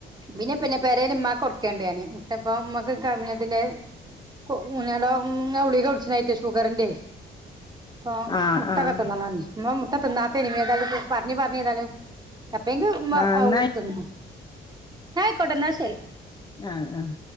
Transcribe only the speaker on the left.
ആഹ്
ആഹ്
ആഹ് എന്നാ
ആഹ് ആഹ്